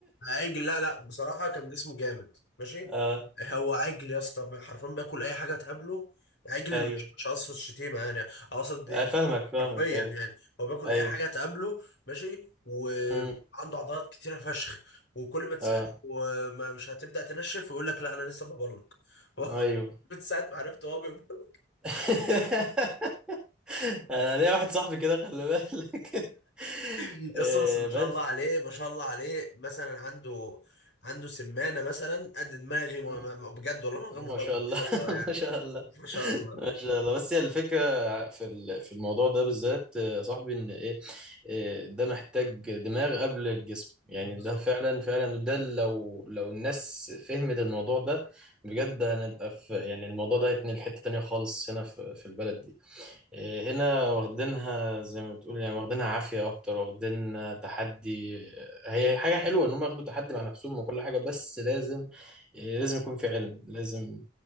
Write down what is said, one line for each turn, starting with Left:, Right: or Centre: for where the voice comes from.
Left: عجل لا لا بصراحة كان جسمه جامد ماشي
Centre: اه
Left: هو عجل يا اسطى حرفيا بياكل أي حاجة تقابله عجل
Centre: ايوه
Left: مش مش قصد الشتيمة يعني أقصد يعني
Centre: آه، فاهمك فاهمك
Left: حرفيا
Centre: ايوه
Left: يعني هو بياكل
Centre: ايوه
Left: أي حاجة تقابله ماشي وعنده
Centre: امم
Left: عضلات كتيرة فشخ وكل ما تسأله
Centre: اه
Left: وما مش هتبدأ تنشف يقول لك لا أنا لسه ببلك <laughs>
Centre: ايوه
Left: من ساعة ما عرفت هو بيبلك
Centre: <laughs> انا ليا واحد صاحبي كده خلي بالك <laughs>
Left: <laughs> يا
Centre: آه،
Left: اسطى بس ما
Centre: بس
Left: شاء الله عليه ما شاء الله عليه مثلا عنده عنده سمانة مثلا قد دماغي ما-
Centre: مم.
Left: ما- ما- بجد والله من غير
Centre: ما
Left: مبالغة
Centre: شاء
Left: ما
Centre: الله
Left: شاء الله
Centre: <laughs>
Left: يعني
Centre: ما شاء الله
Left: ما شاء الله
Centre: ما شاء الله بس هي الفكره في ال- في الموضوع ده بالذات آه، صاحبي ان ايه آه، ده محتاج دماغ قبل الجسم يعني
Left: بالظبط
Centre: ده فعلا فعلا وده لو لو الناس فهمت الموضوع ده بجد هنبقى في يعني الموضوع ده هيتنقل حته تانيه خالص هنا في في البلد دي إيه، هنا واخدينها زي ما بتقول يعني واخدينها عافية أكتر واخدينها تحدي آه، هي حاجة حلوة إن هم ياخدوا تحدي مع نفسهم وكل حاجة بس لازم إيه، لازم يكون في علم لازم